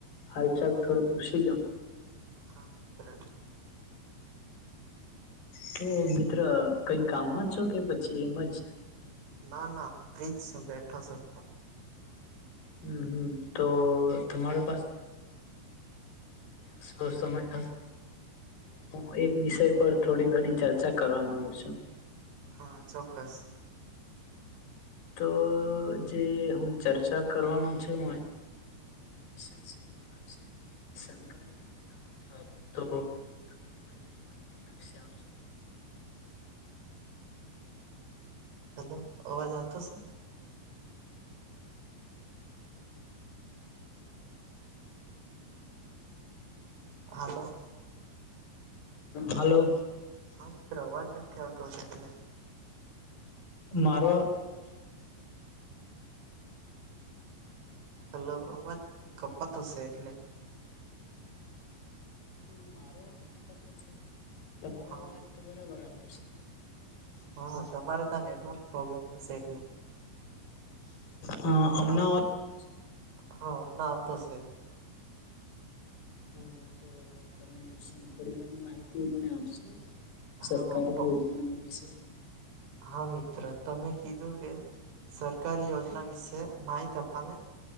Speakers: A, on the left (about 65°); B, on the right (about 90°).
A: હાલચાલ
B: હા
A: થોડો પૂસી જોમ.
B: હા મિત્ર.
A: તો મિત્ર કઈ કામમાં છો કે પછી એમ જ.
B: ના ના બફ્રીજ શું બેઠો છું.
A: હમ હમ તો તમારે પાસે ત હસો સ હ <unintelligible> હું એક વિષય પર થોડી ઘણી ચર્ચા કરવા માંગુ છું.
B: હા ચોક્કસ.
A: તો જે હું ચર્ચા કરવાનો છું. અ વિષય છે એનું નામ છે સરકારી યોજના. તો તમને થોડી બધ માહિતી નાખશે આપશો? <unintelligible>
B: હેલો આવાજ આવતો સે? હાલો.
A: હાલો.
B: હા મિત્ર અવાજ નથી આવતો હતો એટલે.
A: મારો અવાજ આવતો છે?
B: હલો અબજ કપા થ હશે એટલે.
A: હા મારો અવાજ ખપતો છે તમારો
B: હા
A: અવાજ તો બરાબર આવતો છે.
B: હા તમારે ત્યાં નેટવર્ક પ્રોબ્લેમ હશે એટલે.
A: હા અમણા અવાજ આવતો છે?
B: હા અમને આવતો છે.
A: હા તો તમે શું થોડી ઘણી માહિતી મને આપશો? સરકારી
B: હા તો
A: યોજનાઓ વિશે.
B: હા મિત્ર તમે કીધું કે સરકારી યોજના વિશે માહિતી આપવાને